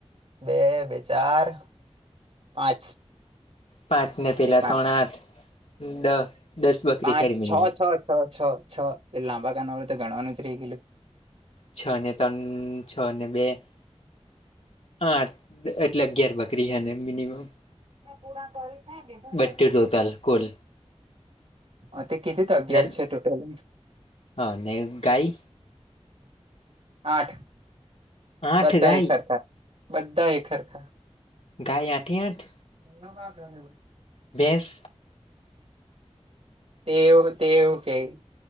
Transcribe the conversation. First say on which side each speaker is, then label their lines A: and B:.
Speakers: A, on the right; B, on the left.
A: બે બે ચાર પાંચ.
B: પાંચ ને પેલા
A: તે પાંચ
B: ત્રણ આઠ દસ. બકરી
A: પાંચ
B: ખરી મિનિમમ
A: છ છ છ છ છ એ લાંબા કાાન વાળું તો ગણવાનું જ રહી ગયું.
B: છ ને ત્રણ છ ને બે- - હા એટલે અગિયાર બકરી છે ને મિનિમમ.
A: પૂરા કરી જાય
B: બધું
A: તમે-
B: ટોટલ
A: -
B: કુલ
A: હ તે કીધી તો અગિયાર
B: ને
A: છે ટોટલ.
B: હા અને ગાય?
A: આઠ
B: આઠ
A: બધા
B: ગાય
A: એ સરખા બધા એ સરખા.
B: ગાય આઠે આઠ
A: <inaudible>
B: ભેસ
A: તેવ તેવ કેય